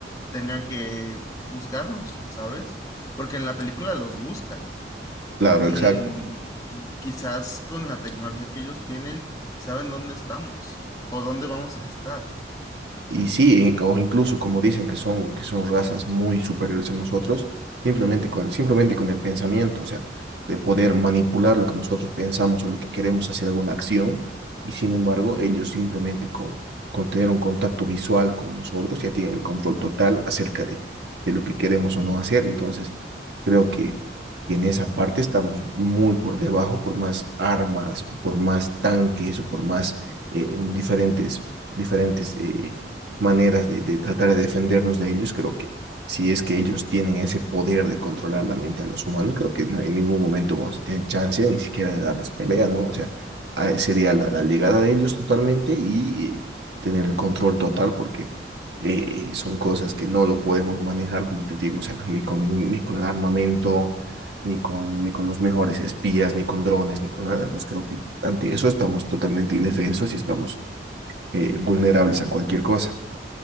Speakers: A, on the left; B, on the right.
A: tengan que buscarnos, ¿sabes? Porque en la película los buscan
B: claro,
A: y
B: exacto.
A: en, quizás con la tecnología que ellos tienen, saben dónde estamos o dónde vamos a estar.
B: Y sí, in- o incluso como dicen que son, que son razas muy superiores a nosotros, simplemente
A: Ujú,
B: con, simplemente con el pensamiento, o sea, de poder manipular lo que nosotros pensamos o lo que queremos hacer alguna acción, y sin embargo, ellos simplemente con, con tener un contacto visual con nosotros ya tienen el control total acerca de, de lo que queremos o no hacer. Entonces, creo que, que en esa parte estamos muy por debajo, por más armas, por más tanques o por más eh, diferentes, diferentes... eh, maneras de, de tratar de defendernos de ellos. Creo que si es que ellos tienen ese poder de controlar la mente a los humanos, creo que no, en ningún momento vamos a tener chance ni siquiera de darles pelea, ¿no? O sea, a- sería la, la llegada de ellos totalmente y, y tener el control total porque eh, eh, son cosas que no lo podemos manejar, como te digo, o sea, ni con, ni con armamento, ni con, ni con los mejores espías, ni con drones, ni con nada. Entonces creo que ante eso estamos totalmente indefensos y estamos eh, vulnerables a cualquier cosa.